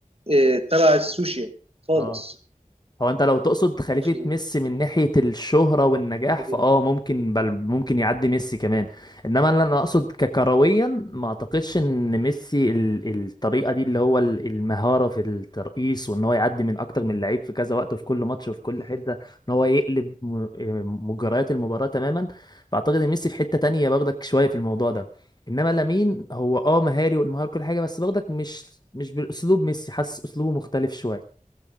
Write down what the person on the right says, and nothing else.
آه، تبع السوشيال خالص
ما
كانش انجلش
طبيعي